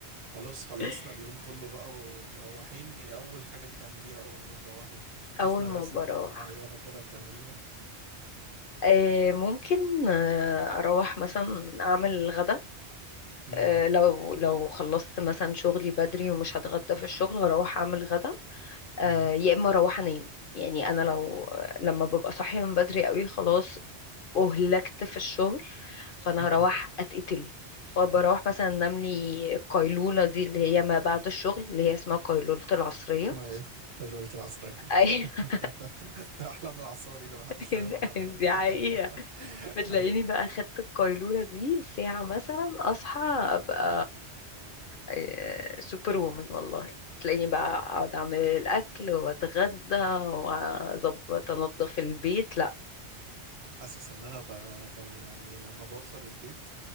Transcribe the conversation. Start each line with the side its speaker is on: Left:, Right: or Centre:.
Right: خلاص خلصنا
Left: <laughs>
Right: اليوم كله بقى ومروحين ايه اول حاجه بتعمليها اول ما بتروحي
Left: اول
Right: مفيش مراسم
Left: ما بروح
Right: معينه كده بتعمليها
Left: آه، ممكن آه، اروح مثلا اعمل الغدا
Right: امم
Left: آه، لو لو خلصت مثلا شغلي بدري ومش هتغدى في الشغل هروح اعمل غدا آه،
Right: امم
Left: يا اما اروح انام يعني انا لو لما ببقى صاحيه من بدري قوي خلاص اهلكت في الشغل
Right: امم
Left: فانا هروح اتقتل فبروح مثلا انام لي القيلوله دي اللي هي ما بعد الشغل اللي هي اسمها قيلوله العصريه
Right: ما ايه هي ليله العصريه
Left: ايوه
Right: <laughs> احلام العصاري اللي محدش
Left: <laughs>
Right: فاهمها لحد
Left: دي
Right: دلوقتي
Left: حقيقه
Right: <laughs>
Left: بتلاقيني
Right: ايوه
Left: بقى خدت القيلوله دي ساعه مثلا اصحى ابقى آه، سوبر وومن والله تلاقيني بقى اقعد اعمل الاكل واتغدى واظبط انضف البيت
Right: حاسس ان انا ب... ب... يعني لما بوصل البيت